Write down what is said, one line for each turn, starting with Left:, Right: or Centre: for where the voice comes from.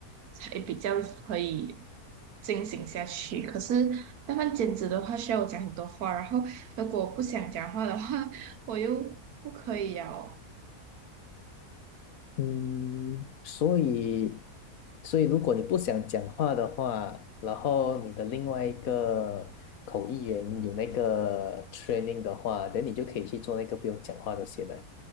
Right: 才比较可以进行下去。可是慢慢兼职的话，需要我讲很多话，然后如果我不想讲话的话，我又不可以哦。<laughs>
Left: 嗯，所以，所以如果你不想讲话的话，然后你的另外一个口译员有那个 training 的话，等你就可以去做那个不用讲话的先了。